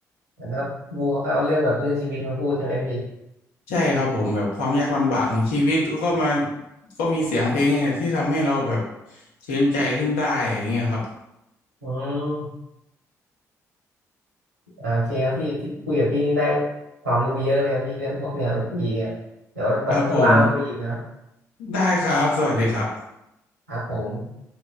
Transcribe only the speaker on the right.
เหมือนครับบูเขาก็เอาเรื่องแบบเรื่องชีวิตมาพูดใช่ไหมพี่
อืมอ่าโอเคครับพี่ที่คุยกับพี่นี่ได้ความรู้เยอะเลยครับพี่เรื่องพวกแนวดนตรีเนี่ยเดี๋ยววันว่างๆมาคุยอีกนะครับ
ครับผม